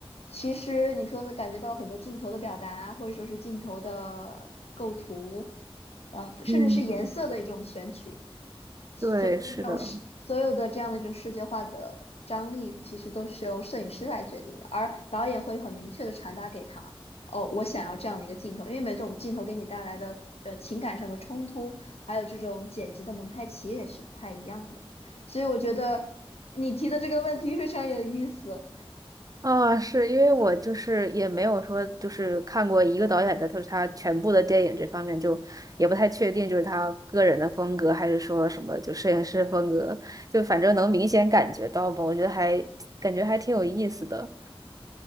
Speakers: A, on the left; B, on the right.
A: 其实你说呢，感觉到很多镜头的表达，或者说是镜头的构图，呃，甚至是颜色的一种选取，
B: 嗯，对，
A: 所以这种世所有的这样的一种世界化的张力，
B: 是的。
A: 其实都是由摄影师来决定的，而导演会很明确的传达给他，哦，我想要这样的一个镜头，因为每种镜头给你带来的呃情感上的冲突，还有这种剪辑的蒙太奇也是不太一样的，所以我觉得你提的这个问题非常有意思，
B: 啊，是因为我就是也没有说就是看过一个导演的，就是他全部的电影这方面就也不太确定，就是他个人的风格还是说什么就摄影师风格，就反正能明显感觉到吧，我觉得还感觉还挺有意思的，